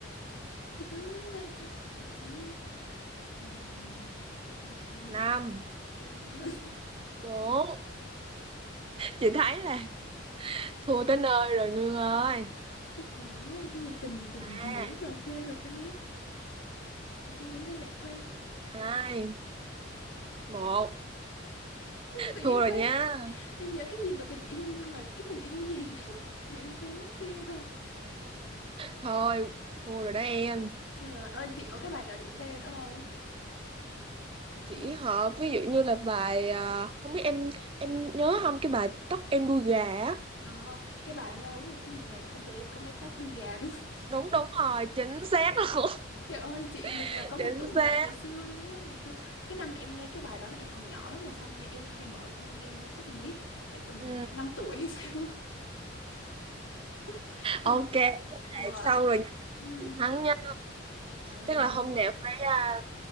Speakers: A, on the left (about 80°); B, on the right (about 25°).
A: đó đấy lạnh xíu Ừm, gì ta
B: năm
A: năm <laughs>
B: bốn chị thấy là thua tới nơi rồi Nguyên ơi
A: cái gì á cái gì tình tình
B: ba
A: gì á còn quên rồi ta tự dưng đến đây lại quên
B: hai một
A: <laughs> tự
B: thua
A: nhiên
B: rồi
A: quên
B: nha
A: mất em nhớ cái gì mà tình yêu nhưng mà cái tình yêu gì á <laughs> mà em quên mất tiêu rồi
B: thôi thua rồi đó em
A: trời ơi chị có cái bài nào chữ T nữa không
B: chỉ
A: tự nhiên
B: họ ví
A: Ừ.
B: dụ như là bài à, không biết em em nhớ không cái bài tóc em đuôi gà á
A: ờ cái bài lâu lắm rồi cái gì này cô bé có mái tóc đuôi gà đúng không? <laughs>
B: đúng đúng rồi chính xác luôn
A: trời ơi chị mình
B: <laughs>
A: là có một
B: chính
A: tụ nhạc
B: xác
A: ngày xưa luôn đó ngày xưa cái năm em nghe cái bài đó là em còn nhỏ lắm rồi xong mẹ em hay mở cho em nghe chắc là mấy phải bầm
B: ừ.
A: 5 tuổi hay sao <laughs> Trời
B: ok
A: ơi. Đúng rồi
B: xong rồi nha
A: Ừm,
B: chị Thắng nha
A: trời ơi
B: tức là hôm nào phải à,